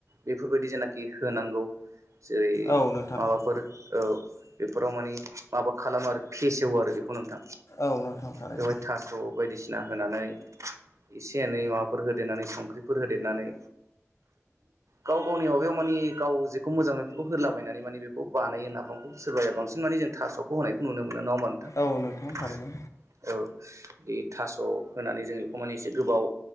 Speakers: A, on the right; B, on the left.
A: बेफोरबायदि जेनाखि होनांगौ जेरै
B: औ नोंथां
A: माबाफोर औ बेफोराव मानि माबा खालामो आरो फेसेवो आरो बेखौ नोंथां
B: औ नोंथां थारैनो
A: बेवहाय थास' बायदिसिना होनानै एसे एनै माबाफोर होदेरनानै संख्रिफोर होदेरनानै गाव गावनि माबायाव माने गाव बखौ मोजां मोंनो बेखौ होद्ला बायनानै माने बेखौ बानायो नाफामखौ सोरबाया बांसिन माने जों थास'खौ होनायखौ नुनो मोनो मोननो नङा होनबा नोंथां
B: औ थारैनो
A: औ बे थास' होनानै जों बेखौ माने एसे गोबाव